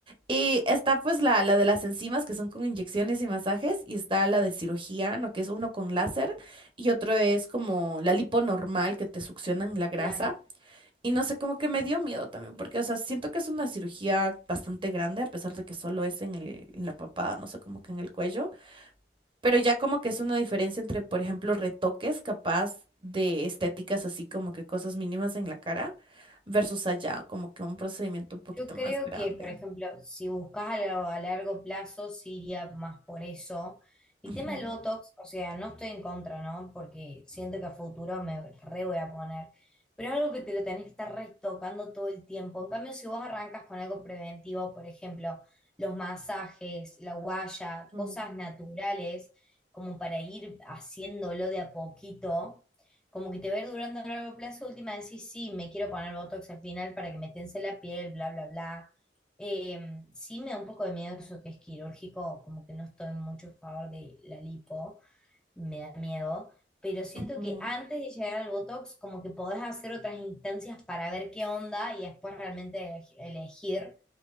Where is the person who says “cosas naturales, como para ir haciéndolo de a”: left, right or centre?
Centre